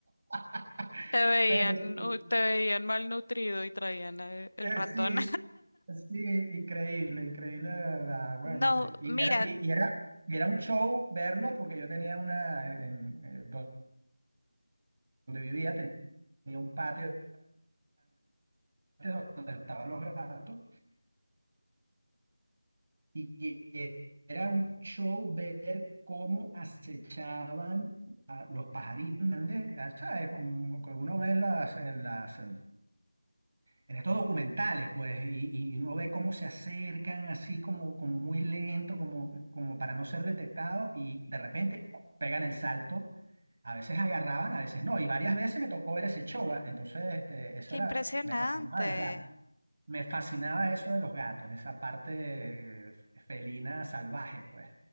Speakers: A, on the right (about 40°); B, on the left (about 55°).
A: <laughs>
B: Te veían,
A: pero sí,
B: uh, te veían malnutrido y traían eh, el
A: eh,
B: ratón.
A: sí, sí, increíble, increíble de verdad, bueno,
B: No,
A: sí, y
B: mira,
A: era, y, y era, y era un show verlo porque yo tenía una, en, eh, donde vivía, tenía un patio donde estaban los gatos y, era un show ver cómo acechaban a los pajaritos grandes, ¿sabes? Como que uno ve en las, en las, em, en estos documentales, pues, y, y uno ve cómo se acercan así como, como muy lento, como, como para no ser detectados y de repente ¡cu! pegan el salto. A veces agarraban, a veces no, y varias veces me tocó ver ese show, ¿va? entonces este, eso
B: qué
A: era,
B: impresionante.
A: me fascinaba de los gatos. Me fascinaba eso de los gatos, esa parte eh, felina salvaje, pues.